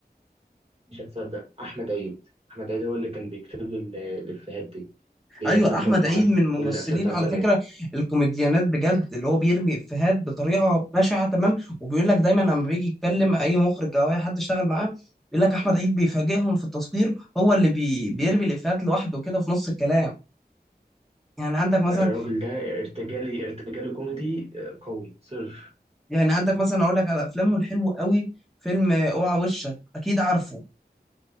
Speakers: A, on the right; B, in the centre.
A: مش هتصدق احمد عيد احمد عيد هو اللي كان بيكتب له ال- الافيهات دي اللي
B: ايوه
A: هي بتضرب
B: احمد
A: معاه
B: عيد
A: في
B: من الممثلين
A: كل الافلام بتاعت
B: على
A: زمان
B: فكره الكوميديانات بجد اللي هو بيرمي افيهات بطريقه بشعه تمام وبيقول لك دايما لما بيجي يتكلم اي مخرج او اي حد اشتغل معاه بيقول لك احمد عيد بيفاجئهم في التصوير هو اللي بي... بيرمي الافيهات لوحده كده في نص الكلام يعني عندك مثلا
A: لا الراجل ده ارتجالي ارتجالي كوميدي آه، قوي صرف
B: يعني عندك مثلا اقول لك على افلامه الحلوه قوي فيلم آه، اوعى وشك اكيد عارفه